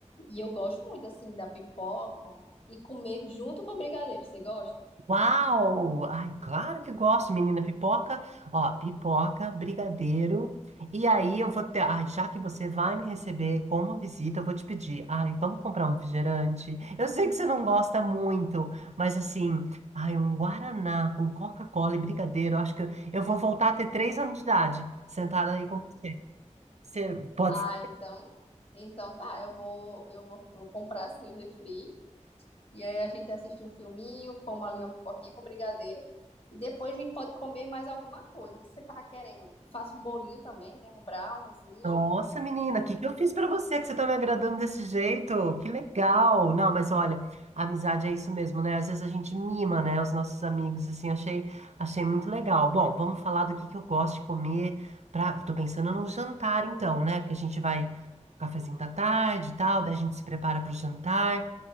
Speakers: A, on the left; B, on the right.
A: E eu gosto muito, assim, da pipoca e comer junto com o brigadeiro. Você gosta?
B: Uau! Ai, claro que gosto, menina. Pipoca, ó, pipoca, brigadeiro. E aí eu vou ter. Ai, já que você vai me receber como uma visita, eu vou te pedir. Ai, vamos comprar um refrigerante. Eu sei que você não gosta muito, mas assim, ai, um Guaraná com Coca-Cola e brigadeiro. eu Acho que eu eu vou voltar a ter três anos de idade, sentada aí com você. Você pode
A: Ah, então, então tá. Eu vou, eu vou, vou comprar, assim, o refri. E aí a gente assiste um filminho, come ali uma pipoquinha com brigadeiro. E depois a gente pode comer mais alguma coisa. O que você tava querendo? Faça um bolinho também, né? Um browniezinho.
B: Nossa, menina,
A: Hum.
B: o que que eu fiz pra você que você tá me agradando desse jeito? Que legal! Não, mas olha, a amizade é isso mesmo, né? Às vezes a gente mima, né, os nossos amigos, assim, achei, achei muito legal. Bom, vamos falar do que que eu gosto de comer pra... Tô pensando no jantar, então, né? Porque a gente vai cafezinho da tarde e tal, daí a gente se prepara pro jantar.